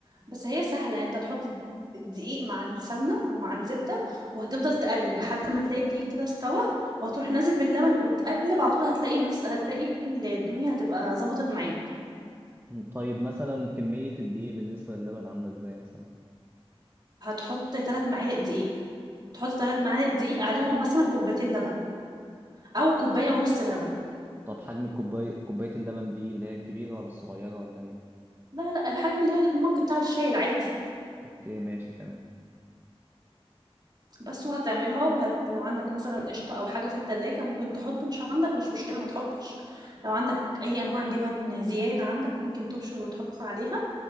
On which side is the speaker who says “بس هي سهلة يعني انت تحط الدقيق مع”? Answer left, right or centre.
Right